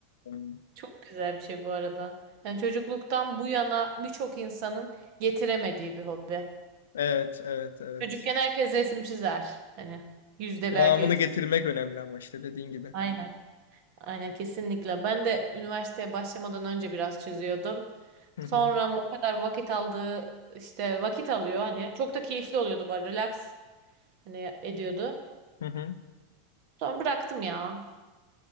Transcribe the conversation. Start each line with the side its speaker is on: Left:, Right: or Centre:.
Left: Hmm.
Right: çok güzel bir şey bu arada. Yani çocukluktan bu yana birçok insanın getiremediği bir hobi.
Left: Evet, evet, evet.
Right: Çocukken herkes resim çizer. Hani yüzde
Left: Devamını
Right: belki
Left: getirmek
Right: sıfır.
Left: önemli ama işte dediğin gibi.
Right: Aynen. Aynen kesinlikle. Ben de üniversiteye başlamadan önce biraz çiziyordum.
Left: Hı
Right: Sonra
Left: hı,
Right: ama o kadar vakit aldığı işte vakit alıyor hani çok da keyifli oluyordu bari relax hani ediyordu.
Left: hı hı.
Right: Sonra bıraktım ya.